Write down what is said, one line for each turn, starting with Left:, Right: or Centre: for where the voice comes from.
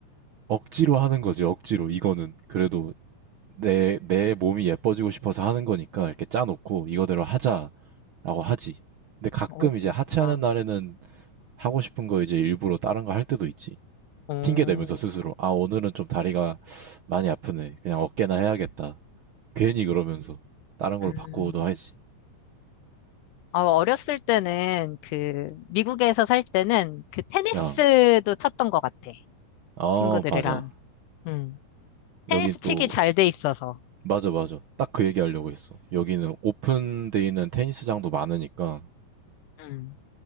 Right: 억지로 하는 거지, 억지로. 이거는. 그래도 내, 내 몸이 예뻐지고 싶어서 하는 거니까 이렇게 짜놓고 이거대로 하자라고 하지. 근데 가끔
Left: 어,
Right: 이제
Left: 그렇구나.
Right: 하체하는 날에는 하고 싶은 거 이제 일부러 다른 거 할 때도 있지.
Left: 어,
Right: 핑계 대면서 스스로. 아, 오늘은 좀 다리가 많이 아프네. 그냥 어깨나 해야겠다. 괜히 그러면서 다른 걸로
Left: 음.
Right: 바꾸어도 하지.
Left: 어, 어렸을 때는 그 미국에서 살 때는 그 테니스도
Right: 어,
Left: 쳤던 것 같아.
Right: 어,
Left: 친구들이랑.
Right: 맞아.
Left: 음. 테니스
Right: 여긴
Left: 치기
Right: 또
Left: 잘돼 있어서.
Right: 맞아, 맞아. 딱 그 얘기 하려고 했어. 여기는 오픈돼 있는 테니스장도 많으니까.
Left: 음.